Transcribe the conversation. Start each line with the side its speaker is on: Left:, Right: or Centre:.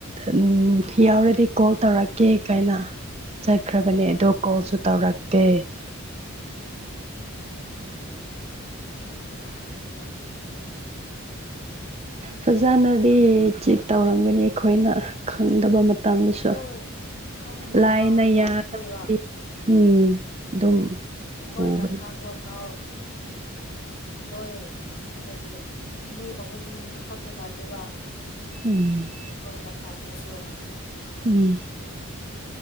Right: ꯎꯝ ꯌꯥꯎꯔꯗꯤ ꯀꯣꯜ ꯇꯧꯔꯛꯀꯦ ꯀꯥꯏꯅ ꯆꯠꯈ꯭ꯔꯕꯅꯦ
Left: ꯎꯝ
Right: ꯑꯗꯣ ꯀꯣꯜꯁꯨ ꯇꯧꯔꯛꯇꯦ <unintelligible>
Left: ꯒꯌꯥꯟ ꯇꯥꯗ‌ꯦ ꯃꯥꯖ‌ꯦ
Right: ꯐꯖꯅꯗꯤ ꯆꯤꯠ ꯇꯧꯔꯝꯒꯅꯤ ꯑꯩꯈꯣꯏꯅ ꯈꯪꯗꯕ ꯃ ꯃꯇꯝꯗꯁꯨ
Left: ꯍꯣꯏ ꯈꯪꯕ
Right: ꯂꯥꯏꯅ
Left: ꯐꯥꯎ ꯌꯥꯝꯈ꯭ꯔꯦꯕ
Right: ꯌꯥꯗꯕ <inaudible> ꯎꯝ ꯑꯗꯨꯝ
Left: ꯑꯩꯈꯣꯏꯅ
Right: ꯎꯕꯅꯤ
Left: ꯈꯥꯡꯕ ꯐꯥꯎ ꯅꯣꯏ ꯍꯥꯏꯗꯤ ꯑꯅꯤ ꯑꯍꯨꯝ ꯈꯛꯇ ꯅꯠꯇꯦꯕ
Right: ꯎꯝ
Left: ꯑꯩꯈꯣꯏꯅ ꯐꯥꯡꯕꯁꯨ
Right: ꯎꯝ